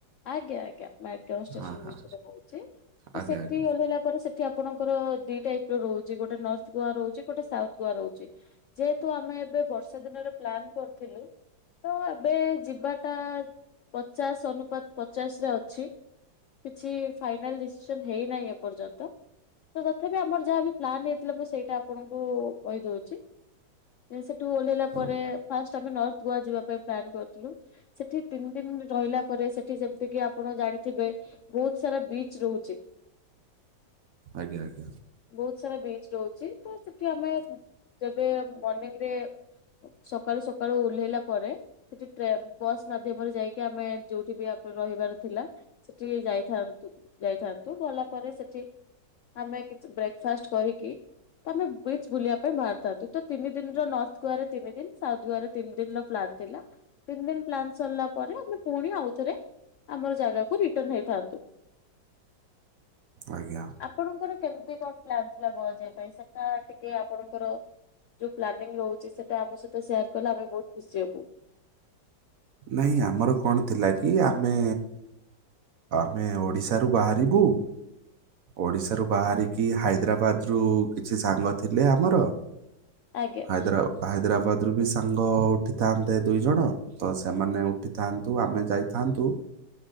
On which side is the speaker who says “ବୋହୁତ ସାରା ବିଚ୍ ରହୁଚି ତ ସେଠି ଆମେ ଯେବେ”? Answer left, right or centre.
Left